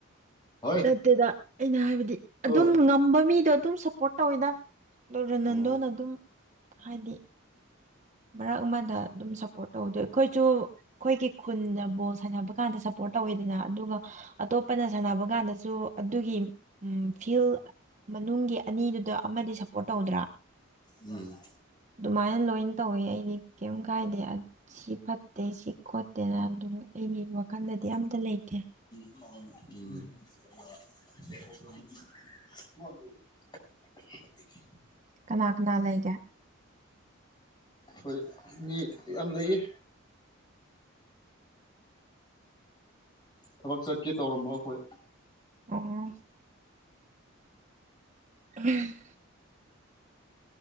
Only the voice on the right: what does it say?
ꯅꯠꯇꯦꯗ ꯑꯩꯅ ꯍꯥꯏꯕꯗꯤ ꯑꯗꯨꯝ
ꯉꯝꯕ ꯃꯤꯗꯣ ꯑꯗꯨꯝ ꯁꯞꯄꯣꯔꯠ ꯇꯧꯋꯤꯗ ꯑꯗ ꯔꯣꯅꯟꯗꯣꯅ
ꯑꯗꯨꯝ ꯍꯥꯏꯗꯤ ꯚꯛ ꯑꯃꯗ ꯑꯗꯨꯝ ꯁꯞꯄꯣꯔꯠ ꯇꯧꯕꯗꯣ ꯑꯩꯈꯣꯏꯁꯨ ꯑꯩꯈꯣꯏꯒꯤ ꯈꯨꯟꯗ ꯕꯣꯜ ꯁꯥꯟꯅꯕ ꯀꯥꯟꯗ ꯁꯞꯄꯣꯔꯠ ꯇꯧꯋꯦꯗꯅ ꯑꯗꯨꯒ ꯑꯇꯣꯞꯄꯅ ꯁꯥꯟꯅꯕ ꯀꯥꯟꯗꯁꯨ ꯑꯗꯨꯒꯤ ꯐꯤꯜ ꯃꯅꯨꯡꯒꯤ ꯑꯅꯤꯗꯨꯗ ꯑꯃꯗꯤ ꯁꯞꯄꯣꯔꯠ ꯇꯧꯗ꯭ꯔꯥ
ꯑꯗꯨꯃꯥꯏꯅ ꯂꯣꯏ ꯇꯧꯋꯤ ꯑꯩꯗꯤ ꯀꯩꯝ ꯀꯥꯏꯗꯦ ꯁꯤ ꯐꯠꯇꯦ ꯁꯤ ꯈꯣꯠꯇꯦꯅ ꯑꯗꯨ ꯑꯩꯒꯤ ꯋꯥꯈꯜꯗꯗꯤ ꯑꯝꯇ ꯂꯩꯇꯦ
ꯀꯅꯥ ꯀꯅꯥ ꯂꯩꯒꯦ
ꯑꯣ ꯎꯝ